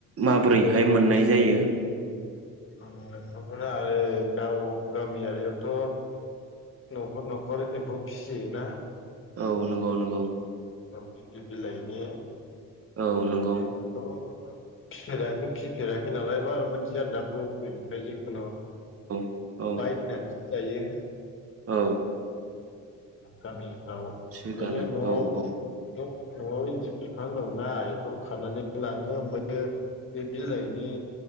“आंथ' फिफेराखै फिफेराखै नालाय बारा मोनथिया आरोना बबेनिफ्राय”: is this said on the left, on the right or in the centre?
Left